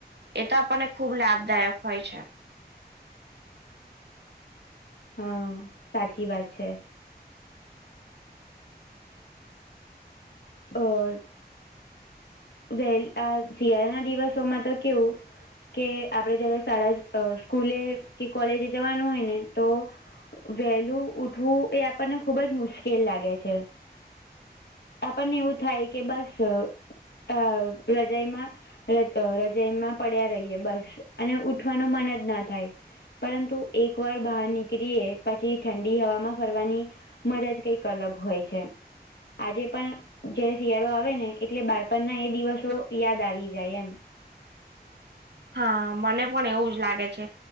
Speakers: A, on the right (about 75°); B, on the left (about 75°).
A: એ તો આપણને ખુબ લાભદાયક હોય છે.
B: હા સાચી વાત છે. <unintelligible> અર વે આ શિયાળના દિવસોમાં તો કેવું? કે આપડે જયારે શાળા સ્કૂલે કે કોલેજે જવાનું હોય ને તો વહેલું ઉઠવું એ આપણને ખુબ જ મુશ્કેલ લાગે છે. આપણને એવું થાય કે બસ તાવ રજાઈમા રજ રજયમાં પડ્યા રહીએ બસ અને ઉઠવાનું મન જ ના થાય. પરંતુ એક વાર બહાર નીકળીએ પછી ઠંડી હવામાં ફરવાની મજાજ કઈક અલગ હોય છે આજે પણ જયારે શિયાળો આવે ને એટલે બાળ પણ ના એ દિવસો યાદ આવી જાય એમ.
A: હા મને પણ એવું જ લાગે છે.